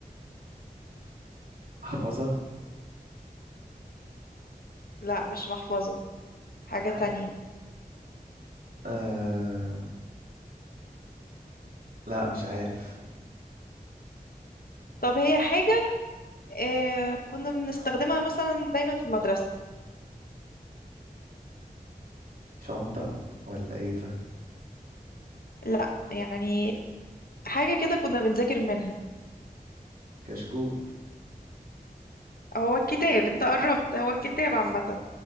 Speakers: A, on the right; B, on the left.
A: احفظها
B: لا مش محفظة حاجة
A: ح...
B: تانية
A: آه... لا مش عارف
B: طب هي حاجة آه كنا بنستخدمها مثلا دايما في المدرسة
A: شنطة ولا ايه طيب
B: لا يعني حاجة كده كنا بنذاكر منها
A: كشكول
B: هو الكتاب انت قربت هو الكتاب عامة